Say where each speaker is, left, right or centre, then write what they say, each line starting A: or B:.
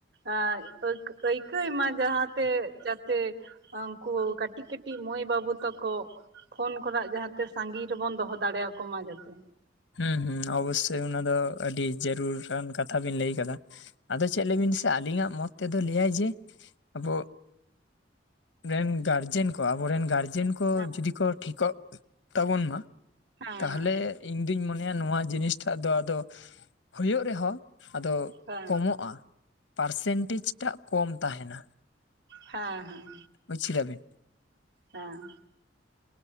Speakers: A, on the right; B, on the left.
A: ᱟᱸᱠ ᱟᱹᱭᱠᱟᱹᱭᱮᱢᱟ ᱡᱟᱦᱟᱸᱛᱮ ᱡᱟᱛᱮ ᱩᱱᱠᱩ ᱠᱟᱹᱴᱤᱜ ᱠᱟᱹᱴᱤᱜ ᱢᱟᱹᱭ ᱵᱟᱹᱵᱩ ᱛᱟᱠᱚ ᱯᱷᱚᱱ ᱠᱷᱚᱱᱟᱜ ᱡᱟᱦᱟᱸᱛᱮ ᱥᱟᱺᱜᱤᱧ ᱨᱮᱵᱚᱱ ᱫᱚᱦᱚᱸ ᱫᱟᱲᱮᱣ ᱠᱚᱢᱟ ᱡᱟᱛᱮ᱾
B: ᱦᱩᱸ ᱦᱩᱸ ᱚᱵᱚᱥᱥᱚᱭ ᱚᱱᱟ ᱫᱚ ᱟᱹᱰᱤ ᱡᱟᱹᱨᱩᱲᱟᱱ ᱠᱟᱛᱷᱟ ᱵᱤᱱ ᱞᱟᱹᱭ ᱠᱟᱫᱟ᱾ ᱟᱫᱚ ᱪᱮᱫ ᱞᱟᱹᱭ ᱵᱤᱱ ᱥᱮ ᱟᱹᱞᱤᱧᱟᱜ ᱢᱚᱛ ᱛᱮᱫᱚ ᱞᱟᱹᱭᱟᱭ ᱡᱮ ᱟᱵᱚ ᱨᱮᱱ ᱜᱟᱨᱡᱮᱱ ᱠᱚ, ᱟᱵᱚᱨᱮᱱ ᱜᱟᱨᱡᱮᱱ ᱠᱚ
A: ᱦᱮᱸ
B: ᱡᱩᱫᱤ ᱠᱚ ᱴᱷᱤᱠᱚᱜ ᱛᱟᱵᱚᱱ ᱢᱟ
A: ᱦᱮᱸ
B: ᱛᱟᱦᱞᱮ ᱤᱧ ᱫᱩᱧ ᱢᱚᱱᱮᱭᱟ ᱱᱚᱣᱟ ᱡᱤᱱᱤᱥᱴᱟᱜ ᱫᱚ ᱟᱫᱚ ᱦᱩᱭᱩᱜ ᱨᱮᱦᱚᱸ ᱟᱫᱚ
A: ᱦᱮᱸ
B: ᱠᱚᱢᱚᱜᱼᱟ ᱯᱟᱨᱥᱮᱱᱴᱮᱡᱽ ᱴᱟᱜ ᱠᱚᱢ ᱛᱟᱦᱮᱱᱟ᱾
A: ᱦᱮᱸ ᱦᱮᱸ᱾
B: ᱵᱩᱡ ᱠᱮᱫᱟ ᱵᱤᱱ?
A: ᱦᱮᱸ᱾